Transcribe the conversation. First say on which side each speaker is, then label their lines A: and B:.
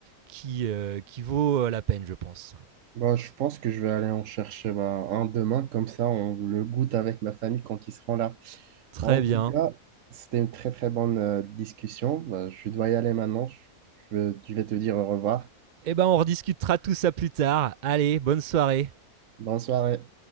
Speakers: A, on the right; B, on the right.
A: qui, euh, qui vaut euh, la peine, je pense.
B: Bah, je pense que je vais aller en chercher bah, un demain, comme ça on le goûte avec ma famille quand ils seront là.
A: Très
B: En tout
A: bien.
B: cas, c'était une très très bonne euh, discussion. Bah, je dois y aller maintenant. Je, je vais te dire au revoir.
A: Eh ben, on rediscutera tout ça plus tard. Allez, bonne soirée.
B: Bonne soirée.